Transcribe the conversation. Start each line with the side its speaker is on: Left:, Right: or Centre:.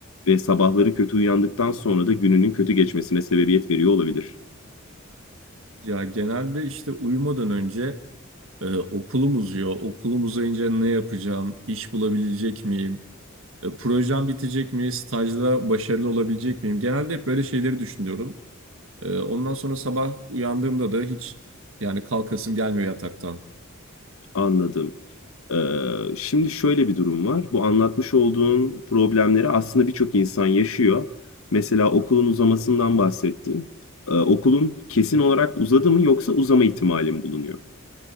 Left: ve sabahları kötü uyandıktan sonra da gününün kötü geçmesine sebebiyet veriyor olabilir.
Right: Ya genelde işte uyumadan önce Ee, okulum uzuyor. Okulum uzayınca ne yapacağım? İş bulabilecek miyim? E, projem bitecek mi? Stajda başarılı olabilecek miyim? Genelde hep böyle şeyleri düşünüyorum. E, ondan sonra sabah uyandığımda da hiç yani kalkasım gelmiyor yataktan.
Left: Anladım. Eee, şimdi şöyle bir durum var. Bu anlatmış olduğun problemleri aslında birçok insan yaşıyor. Mesela okulun uzamasından bahsettin. Eee, okulun kesin olarak uzadı mı yoksa uzama ihtimali mi bulunuyor?